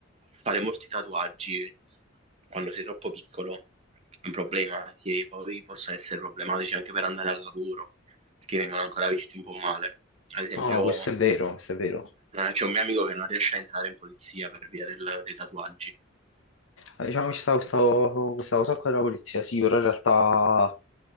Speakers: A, on the right (about 30°); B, on the left (about 85°).
A: fare molti tatuaggi quando sei troppo piccolo è un problema, che poi possono essere problematici anche per andare al lavoro, perché vengono ancora visti un po' male. Ad esempio,
B: No, no, questo è vero, questo è vero.
A: eh, c'è un mio amico che non riesce a entrare in polizia per via del- dei tatuaggi.
B: Ah, Diciamo che ci sta questa, questa cosa qua della polizia, sì, però in realtà